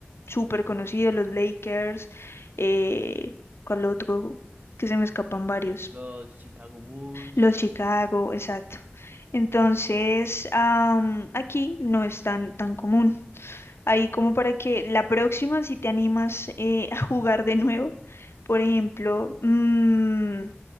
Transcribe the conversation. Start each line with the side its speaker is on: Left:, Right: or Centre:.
Left: súper conocido, los Lakers, eh, ¿cuál otro? Que se me escapan varios,
Right: Los Chicago Bulls,
Left: los Chicago, exacto. Entonces, am, aquí no es tan, tan común. Ahí como para que la próxima, si te animas eh, a jugar de nuevo, por ejemplo, mm,